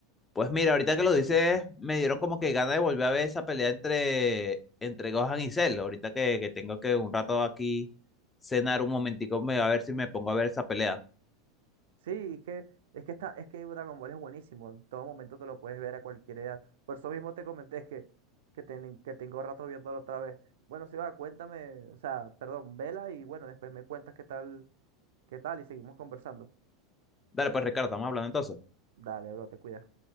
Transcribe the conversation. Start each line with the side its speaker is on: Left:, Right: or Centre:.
Left: Pues mira, ahorita que lo dices, me dieron como que ganas de volver a ver esa pelea entre, entre Gohan y Cell. Ahorita que, que tengo que un rato aquí cenar un momentico, me voy a ver si me pongo a ver esa pelea.
Right: Sí, es que, es que está, es que Dragon Ball es buenísimo. En todo momento te lo puedes ver a cualquier edad. Por eso mismo te comenté que, que, ten- que tengo rato viéndolo otra vez. Bueno, si va, cuéntame, o sea, perdón, vela y bueno, después me cuentas qué tal, qué tal y seguimos conversando.
Left: Dale, pues Ricardo, estamos hablando entonces.
Right: Dale, bro, te cuidas.